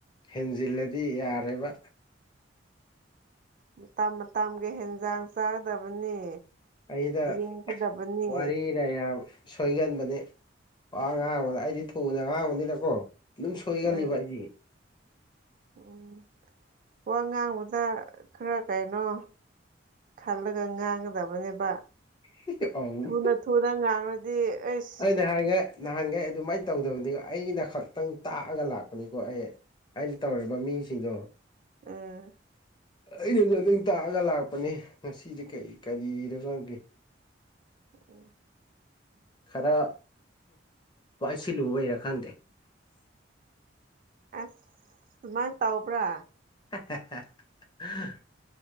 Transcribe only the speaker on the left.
ꯍꯦꯟꯖꯤꯜꯂꯗꯤ ꯌꯥꯔꯦꯕ
ꯑꯩꯗ
ꯋꯥꯔꯤ ꯑꯩꯅ ꯌꯥꯝ ꯁꯣꯏꯒꯟꯕꯅꯦ ꯋꯥ ꯉꯥꯡꯕꯗ ꯑꯩꯗꯤ ꯊꯨꯅ ꯉꯥꯡꯕꯅꯤꯅꯀꯣ ꯑꯗꯨꯝ ꯁꯣꯏꯒꯜꯂꯤꯕ
ꯑꯩꯗꯤ
ꯁꯤꯁꯦ ꯑꯥꯎ
ꯑꯩ ꯅꯍꯥꯟꯒꯩ ꯅꯍꯥꯟꯒꯩ ꯑꯗꯨꯃꯥꯏꯅ ꯇꯧꯗꯕꯅꯤ ꯑꯩꯅ ꯈꯛꯇꯪ ꯇꯥꯛꯑꯒ ꯂꯥꯛꯄꯅꯤꯀꯣ ꯑꯩ ꯑꯩꯅ ꯇꯧꯔꯤꯕ ꯃꯤꯁꯤꯡꯗꯣ
ꯑꯩꯅꯗ ꯑꯗꯨꯝ ꯇꯥꯛꯑꯒ ꯂꯥꯛꯄꯅꯦ ꯉꯁꯤꯗꯤ ꯀꯔꯤ ꯀꯔꯤꯅꯣ ꯈꯪꯗꯦ
ꯈꯔ ꯄꯥꯏꯁꯤꯜꯂꯨꯕꯩꯔꯥ ꯈꯪꯗꯦ
<unintelligible>